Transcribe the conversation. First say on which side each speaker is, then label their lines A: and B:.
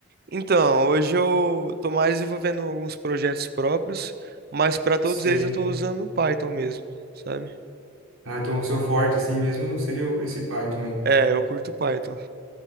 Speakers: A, on the right; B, on the right.
A: Então, hoje eu tô mais desenvolvendo alguns projetos próprios, mas para todos
B: Sei.
A: eles eu tô usando o Python mesmo, sabe?
B: Ah, então o seu forte, assim mesmo, seria o- esse Python aí.
A: É, eu curto Python.